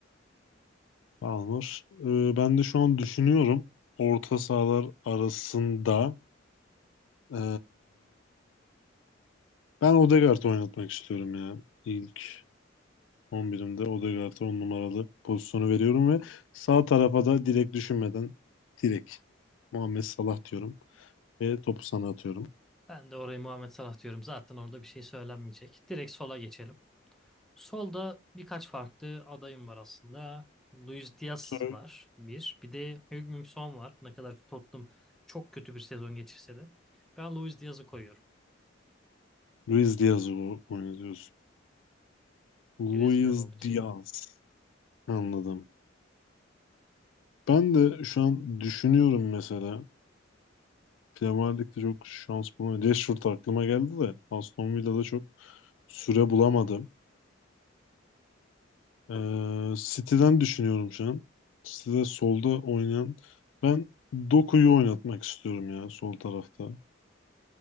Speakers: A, on the left; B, in the centre.
A: Palmer. E, ben de şu an düşünüyorum. Orta sahalar arasında e, ben Odegaard oynatmak istiyorum ya ilk 11'imde Odegaard'a 10 numaralı pozisyonu veriyorum ve sağ tarafa da direkt düşünmeden direkt Muhammed Salah diyorum ve topu sana atıyorum.
B: Ben de oraya Muhammed Salah diyorum. Zaten orada bir şey söylenmeyecek. Direkt sola geçelim. Solda birkaç farklı adayım var aslında. Luis Diaz
A: Sonra
B: var bir. Bir de Heung-min Son var. Ne kadar Tottenham çok kötü bir sezon geçirse de. Ben Luis Diaz'ı koyuyorum.
A: Luis Diaz'ı o- oynatıyorsun. Luis
B: Brezilyalı olduğu için.
A: Diaz. Anladım. Ben de şu an düşünüyorum mesela. Premier Lig'de çok şans bulamadım. Rashford aklıma geldi de Aston Villa'da çok süre bulamadım. Ee, City'den düşünüyorum şu an. City'de solda oynayan ben Doku'yu oynatmak istiyorum ya sol tarafta.